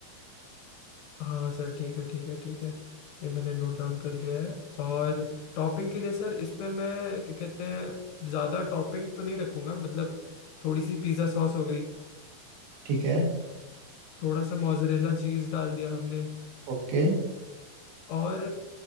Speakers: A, on the left (about 80°); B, on the right (about 80°).
A: हाँ सर ठीक है ठीक है ठीक है ये मैंने नोट डाउन कर लिया है और टॉपिंग के लिए सर इस पे मैं क्या कहते हैं ज़्यादा टॉपिंग तो नहीं रखूंगा मतलब थोड़ी सी पिज़्ज़ा सॉस हो गई
B: ठीक है
A: थोड़ा सा मोजरेला चीज़ डाल दिया हमने
B: okay
A: और